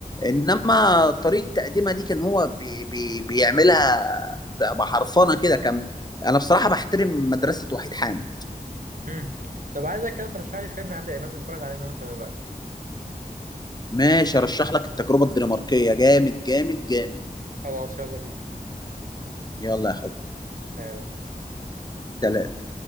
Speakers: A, on the left (about 25°); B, on the right (about 60°).
A: انما طريقه تقديمها دي كان هو بي بي بيعملها بحرفنه كده كان انا بصراحه بحترم مدرسه وحيد حامد
B: امم طب عايزك كده ترشح لي فيلم عادل إمام نتفرج عليه أنا وأنت دلوقتي
A: ماشي ارشح لك التجربه الدنماركيه جامد جامد جامد
B: خلاص يلا بينا
A: يلا يا حبيبي
B: سلام
A: سلام